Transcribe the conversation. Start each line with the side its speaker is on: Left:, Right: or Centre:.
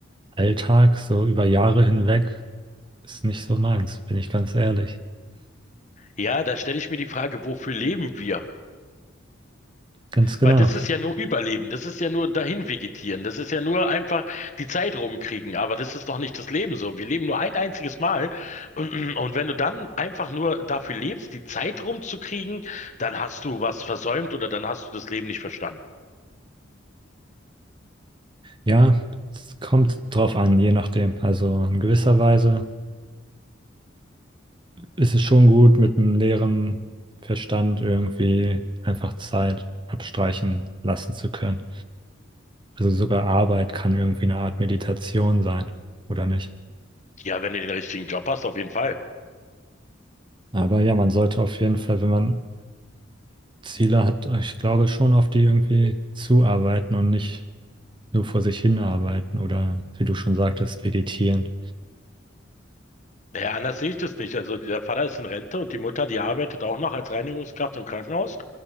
Right: Alltag, so über Jahre hinweg, ist nicht so meins, bin ich ganz ehrlich.
Left: Ja, da stelle ich mir die Frage, wofür leben wir?
Right: Ganz genau.
Left: Weil das ist ja nur Überleben, das ist ja nur dahin vegetieren, das ist ja nur einfach die Zeit rumkriegen, aber das ist doch nicht das Leben so. Wir leben nur ein einziges Mal <clears throat> und, und wenn du dann einfach nur dafür lebst, die Zeit rumzukriegen, dann hast du was versäumt oder dann hast du das Leben nicht verstanden.
Right: Ja, es kommt drauf an, je nachdem. Also in gewisser Weise ist es schon gut, mit einem leeren Verstand irgendwie einfach Zeit abstreichen lassen zu können. Also sogar Arbeit kann irgendwie eine Art Meditation sein, oder nicht?
Left: Ja, wenn du den richtigen Job hast, auf jeden Fall.
Right: Aber ja, man sollte auf jeden Fall, wenn man Ziele hat, ich glaube schon auf die irgendwie zuarbeiten und nicht nur vor sich hinarbeiten oder, wie du schon sagtest, vegetieren.
Left: Naja, anders sehe ich das nicht. Also der Vater ist in Rente und die Mutter, die arbeitet auch noch als Reinigungskraft im Krankenhaus,